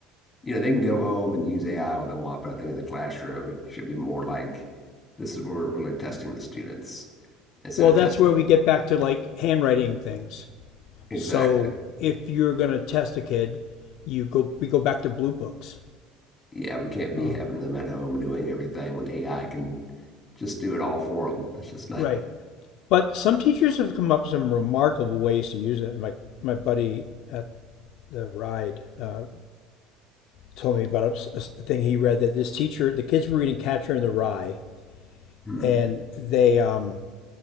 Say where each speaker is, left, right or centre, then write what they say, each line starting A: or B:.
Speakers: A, on the left (about 20°); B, on the left (about 65°).
A: you know, they can go home and use AI all they want, but I think in the classroom, it should be more like this is where we're really testing the students instead
B: Well,
A: of
B: that's
A: testing
B: where we
A: them.
B: get back to like handwriting things.
A: Exactly.
B: So if you're gonna test a kid, you go we go back to blue books.
A: Yeah, we can't be
B: Um,
A: having them at home doing everything when AI can just do it all for them. That's just not.
B: right.
A: <laughs>
B: But some teachers have come up with some remarkable ways to use it. My my buddy at the ride uh, told me about a, thing he read that this teacher, the kids were reading Catcher in the Rye,
A: Hmm.
B: and they um,